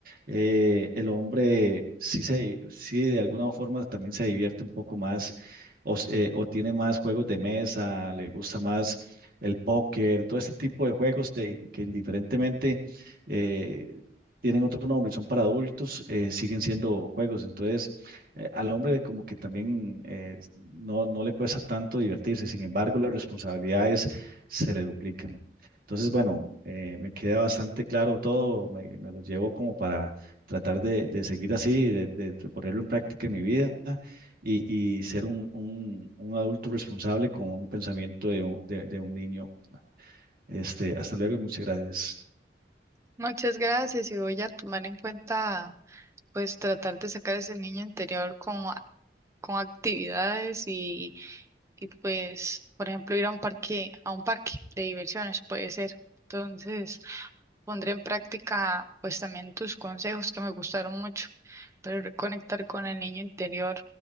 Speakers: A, on the right; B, on the right.
A: Eh, el hombre sí, se, sí de alguna forma también se divierte un poco más o, s- eh, o tiene más juegos de mesa, le gusta más el póker, todo este tipo de juegos de, que indiferentemente eh, tienen otro nombre y son para adultos, eh, siguen siendo juegos. Entonces, eh, al hombre como que también eh, no, no le cuesta tanto divertirse, sin embargo, las responsabilidades se le duplican. Entonces, bueno, eh, me queda bastante claro todo, me, me lo llevo como para tratar de, de seguir así, de, de- de ponerlo en práctica en mi vida y, y ser un, un- un adulto responsable con un pensamiento de, un de- de un niño. Este, hasta luego y muchas gracias.
B: Muchas gracias y voy a tomar en cuenta pues tratar de sacar ese niño interior con, a- con actividades y, y pues por ejemplo ir a un parque, a un parque de diversiones puede ser. Entonces pondré en práctica pues también tus consejos que me gustaron mucho, pero reconectar con el niño interior.